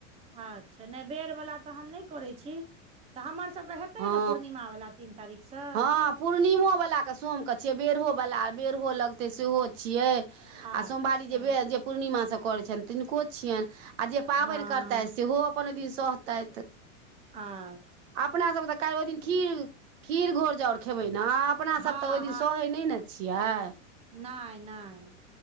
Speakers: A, on the right; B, on the right.
A: अच्छा नहि बेरवला तऽ हम नहि करैत छी तऽ हमरसभके हे तै
B: हँ
A: ने पूर्णिमा वाला तीन तारीख स
B: हँ पूर्णिमोवला क सोम क छियै बेड़ो वला बेड़हो लगतै सेहो छियै आ
A: अच्छा
B: सोमवारीऽ जे पं <unintelligible> भ जे पूर्णिमासँ करै छनि तिनको छियनि आ जे पाबैन
A: हँ
B: करते सेहो अपन औ दिन सहतै
A: आँ
B: अपना सब त काल ओहि दिन खीर खीर घोर जाउर खेबै न अपना
A: हँ
B: सब तऽ ओहि दिन सहै नहि ने छियै
A: नाइ नाइ